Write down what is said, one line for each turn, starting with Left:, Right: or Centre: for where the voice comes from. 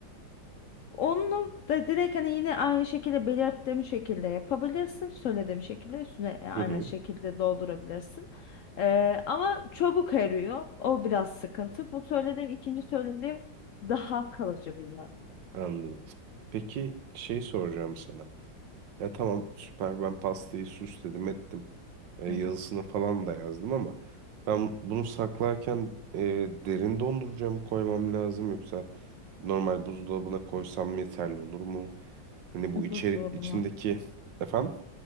Left: Onu da direkt hani yine aynı şekilde belirttiğim şekilde yapabilirsin. Söylediğim şekilde üstüne e, aynı
Right: hı hı.
Left: şekilde doldurabilirsin. Ee, ama çabuk eriyor. O biraz sıkıntı. Bu söylediğim, ikinci söylediğim daha kalıcı bir yağ.
Right: Anladım. Peki şey soracağım sana. Ya tamam süper ben pastayı süsledim ettim. E,
Left: Hı
Right: yazısını
Left: hı.
Right: falan da yazdım ama ben bunu saklarken e, derin dondurucuya mı koymam lazım yoksa normal buzdolabına koysam yeterli olur mu? Hani bu içeri
Left: Buzdolabına.
Right: içindeki efendim